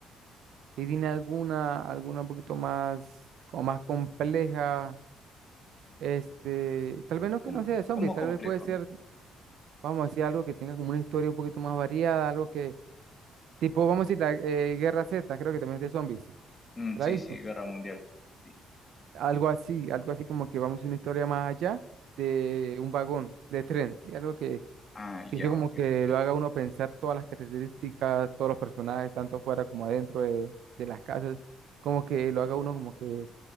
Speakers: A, on the right (about 75°); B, on the left (about 20°).
A: si tiene alguna, alguna un poquito más, como más compleja, este, tal vez no que
B: cómo
A: no sea de zombies,
B: cómo
A: tal
B: complejo.
A: vez puede ser, vamos a decir, algo que tenga como una historia un poquito más variada, algo que, tipo, vamos a decir, la eh, Guerra Z, creo que también es de zombies.
B: Mm,
A: ¿La
B: sí,
A: has visto?
B: sí, Guerra Mundial. Sí.
A: Algo así, algo así como que vamos a una historia más allá de un vagón de tren, ¿sí? Algo que,
B: Ah, ya,
A: que yo como
B: ok.
A: que
B: ok.
A: lo haga uno pensar todas las características, todos los personajes, tanto afuera como adentro de, de las casas, como que lo haga uno como que